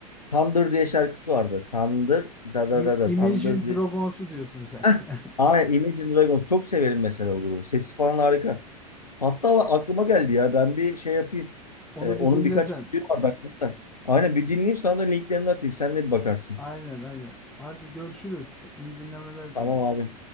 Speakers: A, on the left (about 80°); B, in the centre.
A: Thunder diye şarkısı vardı. Thunder da da
B: İ-
A: da da
B: Imagine
A: Thunder diye.
B: Dragons'u diyorsun sen.
A: Heh,
B: <laughs>
A: aynen Imagine Dragons. Çok severim mesela o grubu. Sesi falan harika. Hatta aklıma geldi ya. Ben bir şey yapayım.
B: Onu
A: E, onun
B: bir dinlesen.
A: birkaç müziği vardı aklımda. Aynen bir dinleyeyim sana da linklerini atayım. Sen de bir bakarsın.
B: Aynen aynen. Hadi görüşürüz. İyi dinlemeler sana.
A: Tamam abi.